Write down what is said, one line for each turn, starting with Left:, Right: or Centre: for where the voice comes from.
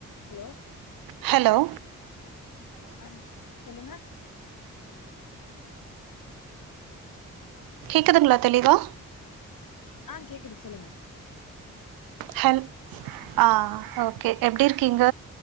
Left: hello
Right: hello
Left: அன் சொல்லுங்க
Right: கேக்குதுங்ளா தெளிவா
Left: ஆ கேக்குது சொல்லுங்க
Right: ஹெல் ஆ ஓகே எப்டி இருக்கீங்க